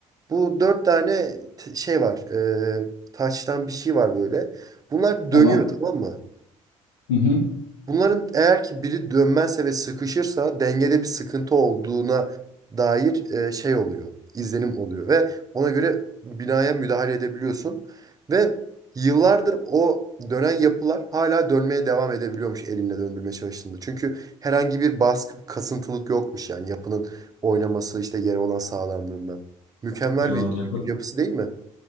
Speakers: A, on the right; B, on the left.
A: Bu dört tane t- şey var. E, taştan bir şey var böyle. Bunlar
B: Tamam.
A: dönüyor tamam mı?
B: Hı hı.
A: Bunların eğer ki biri dönmezse ve sıkışırsa dengede bir sıkıntı olduğuna dair e, şey oluyor, izlenim oluyor ve ona göre binaya müdahale edebiliyorsun ve yıllardır o dönen yapılar hala dönmeye devam edebiliyormuş elinle döndürmeye çalıştığında. Çünkü herhangi bir baskı, kasıntılık yokmuş yani yapının oynaması işte yere olan sağlamlığından. Mükemmel
B: Ya
A: bir
B: ne,
A: yapısı değil mi?